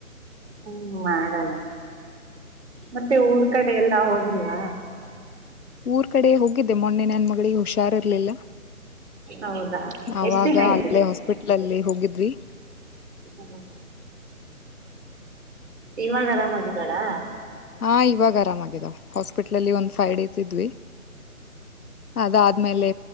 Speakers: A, on the right; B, on the left.
A: ಹ್ಮ್ ಮಾಡಣ ಮತ್ತೆ ಊರ್ ಕಡೆ ಎಲ್ಲಾ ಹೋಗಿಲ್ವಾ
B: ಊರ್ ಕಡೆ ಹೋಗಿದ್ದೆ ಮೊನ್ನೆ ನನ್ನ ಮಗಳಿಗೆ ಹುಷಾರ್ ಇರ್ಲಿಲ್ಲ.
A: ಹೌದಾ
B: ಅವಾಗ
A: ಎಷ್ಟ್ ದಿನ ಇದ್ರಿ
B: ಅಲ್ಲೇ ಹಾಸ್ಪಿಟ್ಲ್ ಅಲ್ಲಿ ಹೋಗಿದ್ವಿ
A: ಹ್ಮ ಇವಾಗ ಆರಾಮಾಗಿದ್ದಾಳಾ
B: ಹಾ ಇವಾಗ ಆರಾಮ ಆಗಿದ ಹಾಸ್ಪಿಟ್ಲಲ್ಲಿ ಒಂದು ಫೈವ್ ಡೇಸ್ ಇದ್ವಿ ಅದಾದ್ಮೇಲೆ